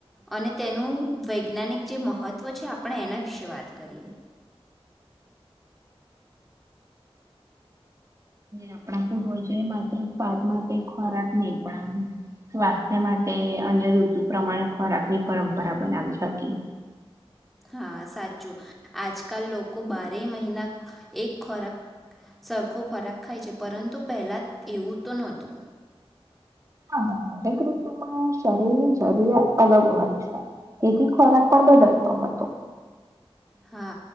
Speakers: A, in the centre; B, on the right.
A: અને તેનું વૈજ્ઞાનિક જે મહત્વ છે આપણે એના વિશે વાત કરીએ
B: આપણા પૂર્વજો એ માત્ર સ્વાદ માટે ખોરાક નહી પણ સ્વાસ્થ્ય માટે અને ઋતુ પ્રમાણે ખોરાક ની પરંપરા બનાવી શકી
A: હા સાચું આજકાલ લોકો બારે મહિના એક ખોરાક સરખો ખોરાક ખાય છે પરંતુ પહેલા એવું તો નહોતું
B: હા દરેક ઋતુમાં શરીરની જરૂરિયાત અલગ હોય છે તેથી ખોરાક પણ બદલતો હતો
A: હા